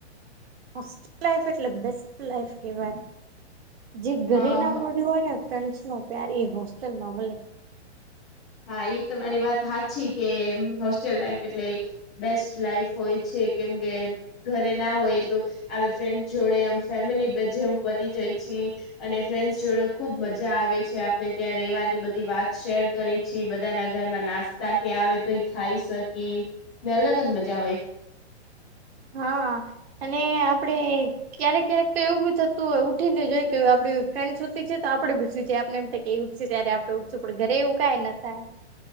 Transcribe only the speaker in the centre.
હા
હા
હા એ તમારી વાત હાચી કે હોસ્ટેલ લાઈફ એટલે બેસ્ટ લાઈફ હોય છે કેમ કે ઘરે ના હોય એટલું આવે ફ્રેન્ડસ જોડે એમ ફેમિલી જેમ બની જઈ છી અને ફ્રેન્ડ્સ જોડે ખુબ મજા આવે છે આપને ત્યાં રેવાની બધી વાત શેર કરી પછી બધા ના ઘરના નાસ્તા કે આવે તો એ ખાઈ શકી અલગ જ મજા હોય